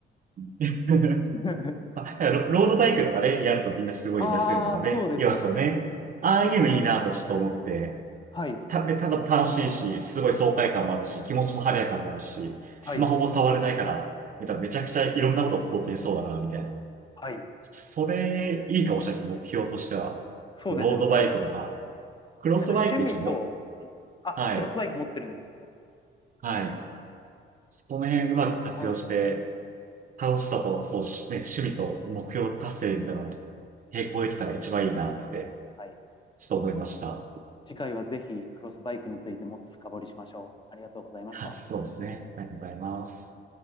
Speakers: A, on the right (about 45°); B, on the left (about 25°).
A: <laughs>
B: <laughs> でも
A: あいやロロードバイクとかね、やるとみんなすごい痩せるとかね、
B: ああ、そうですよね。
A: 言いますよね。ああいうのいいなとちょっと思って、
B: はい、
A: た、で、ただ楽しいし、すごい爽快感もあるし、気持ちも晴れやかになるし、スマホも触れないから、
B: はい、
A: めためちゃくちゃいろんなことを肯定しそうだな、みたいな。
B: はい。
A: それ、いいかもしれないです。目標としては。
B: そうですよね。
A: ロードバイクとか、クロスバイク一応も、
B: なんか趣味と、あ、
A: はい、
B: クロスバイク持ってるんですね。
A: はい。その辺うまく活用して、
B: はい。
A: 楽しさと、そうし、ね、趣味と目標達成みたいなのを並行できたら一番いいなって、
B: はい。
A: ちょっと思いました。
B: 次回はぜひクロスバイクについてもっと深掘りしましょう。ありがとうございました。
A: はい、そうですね。ありがとうございます。